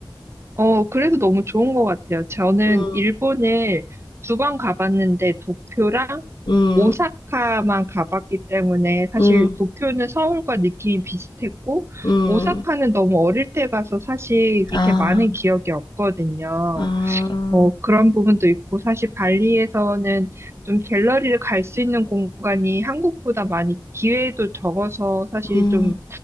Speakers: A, on the right (about 35°); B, on the left (about 65°).
A: 어, 그래서 너무 좋은 것 같아요. 저는
B: 음,
A: 일본을 두 번 가봤는데 도쿄랑
B: 음,
A: 오사카만 가봤기 때문에 사실
B: 음,
A: 도쿄는 서울과 느낌이 비슷했고
B: 음,
A: 오사카는 너무 어릴 때 가서 사실 그렇게
B: 아,
A: 많은 기억이 없거든요.
B: 아,
A: 뭐 그런 부분도 있고 사실 발리에서는 좀 갤러리를 갈 수 있는 공간이 한국보다 많이 기회도 적어서 사실
B: 음,
A: 좀